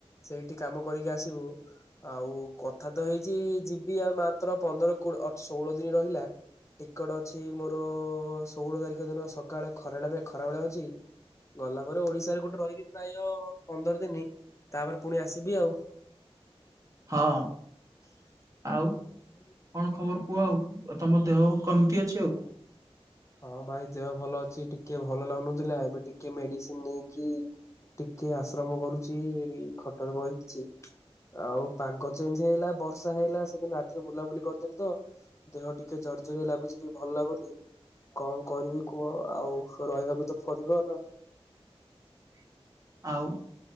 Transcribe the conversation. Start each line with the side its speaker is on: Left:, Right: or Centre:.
Left: ସେଇଠି କାମ କରିକି ଆସିବୁ। ଆଉ କଥା ତ ହେଇଛି ଯିବି ଆଉ ମାତ୍ର ପନ୍ଦର ଷୋହଳ ଦିନ ରହିଲା। ଟିକେଟ ଅଛି ମୋର ଷୋହଳ ତାରିଖ ଦିନ ସକାଳେ ଖରାବେଳେ ପାଇଁ ଖରାବେେଳେ ଅଛି ଗଲା ପରେ ଓଡିଶାରେ ଗୋଟେ ରହିବି ପ୍ରାୟ ପନ୍ଦର ଦିନ ତାପରେ ପୁଣି ଆସିବି ଆଉ
Right: ହଁ
Left: <inaudible>
Right: ଆଉ କଣ ଖବର କୁହ ଆଉ ତମ ଦେହ କେମିତି ଅଛି ଆଉ?
Left: ହଁ ଭାଇ ଦେହ ଭଲ ଅଛି ଟିକେ ଭଲ ଲାଗୁନଥିଲା। ଏବେ ଟିକେ ମେଡିସିନ ନେଇକି ଟିକେ ଆଶ୍ରମ କରୁଛି ଏଇଠି ଖଟରେ ବାଇଚି ଆଉ ପାଗ ଚେଞ୍ଜ ହେଇଲା ବର୍ଷା ହେଇଲା ସେଦିନ ରାତିରେ ବୁଲାବୁଲି କରିଥିଲି ତ ଦେହ ଟିକେ ଜର୍ଜରି ଲାଗୁଛି ଟିକେ ଭଲ ଲାଗୁନି କଣ କରିବି କୁହ ଆଉ ରହିବାକୁ ତ ପଡିବ ନା
Right: <inaudible> ଆଉ